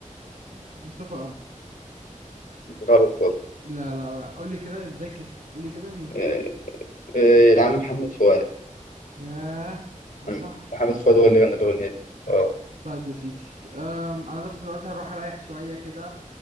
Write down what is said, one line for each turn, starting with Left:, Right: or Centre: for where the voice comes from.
Right: م- مصطفى قمر
Left: غلط برضه
Right: لا لا لا قولي كده ازاي كده قولي كده مين
Left: آه، آه، يا عم محمد فؤاد
Right: ياه ما
Left: مم.
Right: صح
Left: محمد فؤاد هو اللي غنى الأغنية دي اه
Right: طيب يا سيدي أم انا بس دلوقتي هروح اريح شويه كده